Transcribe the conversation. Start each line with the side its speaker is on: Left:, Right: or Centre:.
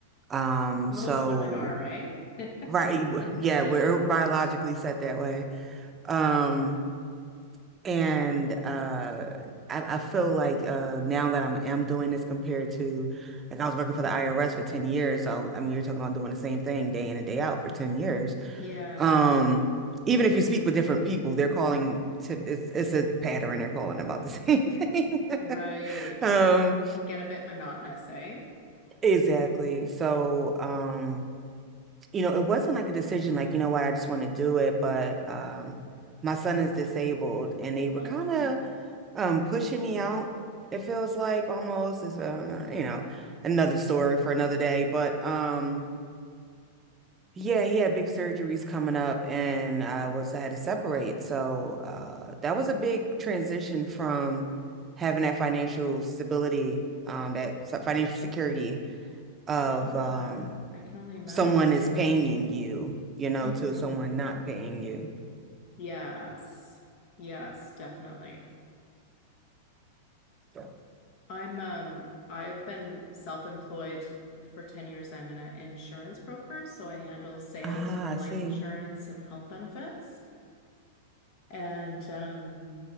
Right: Um,
Left: most
Right: so
Left: women are, eh? <laughs>
Right: right, <laughs> yeah, we're biologically set that way. Um, And uh, I, I feel like uh, now that I'm am doing this compared to like I was working for the IRS for 10 years. So I mean you're talking about doing the same thing day in and day out for 10 years.
Left: Yeah,
Right: Um, even if you speak with different people, they're calling to it's it's a pattern, they're calling about the <laughs> same thing. <laughs>
Left: right.
Right: Um,
Left: Can get a bit monotonous, eh?
Right: exactly. So um, you know, it wasn't like a decision like, you know what, I just want to do it, but um my son is disabled and they were
Left: Oh,
Right: kind of um pushing me out it feels like almost is uh, you know another story for another day but um yeah he had big surgeries coming up and I was I had to separate so uh that was a big transition from having that financial stability um that s- financial security of
Left: yeah.
Right: um
Left: I can only imagine.
Right: someone is paying you you know
Left: hmm
Right: to someone not paying you
Left: Yes. Yes, definitely.
Right: So.
Left: I'm um I've been self-employed for 10 years. I'm an uh, insurance broker, so I handle sales
Right: ah
Left: for life
Right: I see
Left: insurance and health benefits. And um